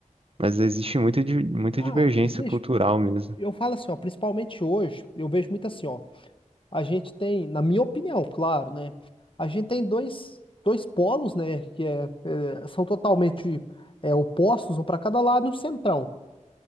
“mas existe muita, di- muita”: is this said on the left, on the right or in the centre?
Right